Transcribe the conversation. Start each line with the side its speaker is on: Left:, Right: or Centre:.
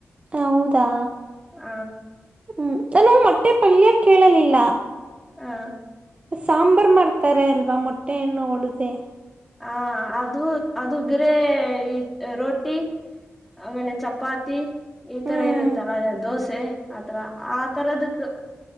Right: ಹೌದಾ
Centre: ಹ
Right: ಹ್ಮ್ ನಾನು ಮೊಟ್ಟೆ ಪಲ್ಯ ಕೇಳಲಿಲ್ಲ.
Centre: ಹಾ
Right: ಸಾಂಬಾರ್ ಮಾಡ್ತಾರೆ ಅಲ್ವಾ ಮೊಟ್ಟೆನ್ನು ಹೊಡ್ದಿ
Centre: ಹ ಅದು ಅದು ಗರೆ ಈ ರೋಟಿ ಆಮೇಲೆ ಚಪಾತಿ ಈ
Right: ಹ್ಮ್
Centre: ತರ ಇರುತ್ತಲ್ಲ ಅ ದೋಸೆ ಆತರ ಆ ತರದಕ್